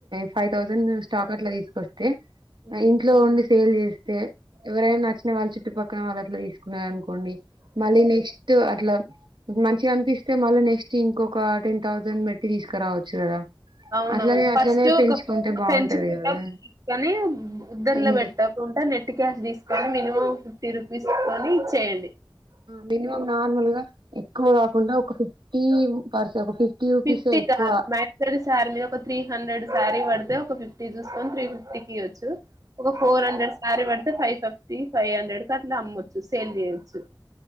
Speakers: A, on the right; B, on the right.
A: ఫైవ్ థౌసండ్ స్టాక్ అట్లా తీసుకొస్ తె
B: ఉమ్,
A: ఇంట్లో ఉండి సేల్ చేస్తే ఎవరైనా వచ్చిన వాళ్ళు చు చుట్టు పక్కన వాళ్ళ అట్ల తీసుకున్నారనుకో కోండి మళ్ళీ నెస్ట్ అట్లా మంచిగా అనిపిస్తే మళ్ళీ నెస్ట్ ఇంకొక టెన్ థౌజండ్ పెట్టి తీసుకురావచ్చు కదా
B: అవునవును
A: అట్లనే
B: ఫస్ట్
A: అట్లనే
B: ఒక
A: పెంచుకుంటే బాగుంటది
B: పెంచకుని
A: కదా
B: ఉద్దరిలో
A: ఉమ్
B: పెట్టకుండా నెట్ టి క్యాష్ తీసుకొని మినిమం ఫిఫ్టీ రూపీస్కొని చేయండి
A: మనిమమ్ నార్మల్గా ఎక్కువ కాకుండా ఒక ఫిఫ్టీ పర్స ఒక ఫిఫ్టీ రూపీసే
B: ఫిఫ్టీ
A: ఎక్కువ
B: కా మై హెడ్ సార్ మీద ఒక త్రీ హండ్రెడ్ సార్ ఇవ్వ ఒక ఫిఫ్టీ చూసుకని త్రీ ఫిఫ్టీకియచ్చు ఒక ఫోర్ హండ్రెడ్ సారి పడుంది అ ఫైవ్ ఫిఫ్టీ ఫైవ్ హండ్రెడ్ క అలా అమ్ొచ్చు సేల్ చేయొచ్చు